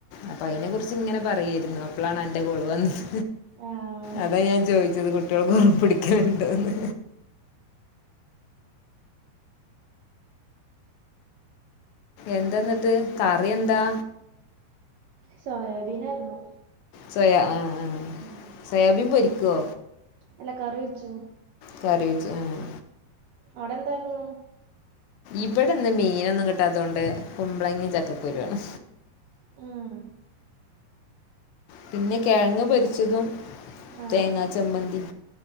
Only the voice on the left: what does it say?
അപ്പൊ അയ്നെ കുറിച്ച്ങ്ങനെ പറയായിരുന്നു അപ്പളാണ് അന്റെ കോള് വന്നത്.
അതാ ഞാൻ ചോയ്ച്ചത് കുട്ട്യാള് കുറുമ്പുടിക്കലുണ്ടോന്ന് എന്താന്ന്ട്ട് കറി എന്താ
സോയാ ആഹ് ആഹ്
സോയാബീൻ പൊരിക്കോ
കറിവെച്ച് ആഹ്
ഇവിടെന്ന് മീനൊന്നും കിട്ടാത്തോണ്ട് കുമ്പളങ്ങിം ചക്കക്കുരുവാണ്
പിന്നെ കെഴങ്ങ് പൊരിച്ചതും
തേങ്ങാ ചമ്മന്തിം